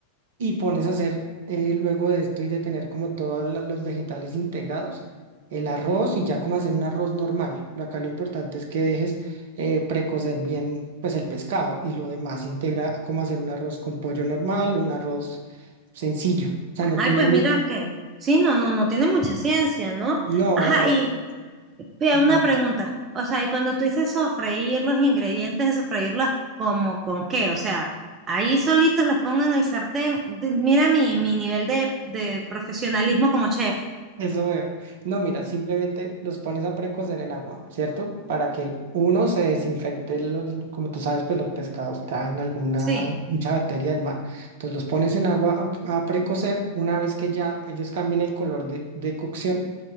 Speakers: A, on the right; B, on the right.
A: y pones a hacer eh, luego de esto y de tener como todos la- los vegetales integrados, el arroz y ya como hacer un arroz normal. Lo- Acá lo importante es que dejes eh, precocer bien pues el pescado y lo demás integra como hacer un arroz con pollo normal, un arroz sencillo. O sea, no
B: Ay,
A: tiene
B: pues
A: mucho...
B: mira que, sí, no, no, no tiene mucha ciencia, ¿no?
A: No,
B: Ajá,
A: eh,
B: y vea
A: dime.
B: una pregunta. O sea, y cuando tú dices sofreír los ingredientes de sofreírlos, ¿como con qué? O sea, ahí solitos los pongo en el sartén. De- Mira mi, mi nivel de, de profesionalismo como chef.
A: Eso veo. No, mira, simplemente los pones a precocer en agua, ¿cierto? Para que uno se desinfecte los, como tú sabes, pues los pescados traen alguna
B: Sí.
A: mucha bacteria del mar. Entonces los pones en agua a, a precocer. Una vez que ya ellos cambien el color de, de cocción,